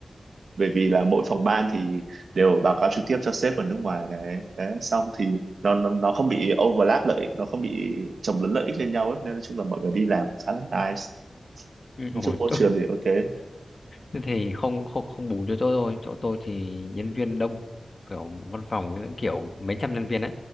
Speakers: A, on the right (about 80°); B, on the left (about 50°).
A: bởi vì là mỗi phòng ban thì đều báo cáo trực tiếp cho sếp ở nước ngoài này đấy xong thì nó nó, nó không bị overlap lợi ích nó không bị chồng lấn lợi ích lên nhau ấy. nên nói chung là mọi người đi làm khá là nice
B: ừ,
A: nói
B: ôi,
A: chung môi trường thì ok
B: Thế thì không không không bù cho chỗ tôi chỗ tôi thì nhân viên đông kiểu văn phòng những kiểu mấy trăm nhân viên ấy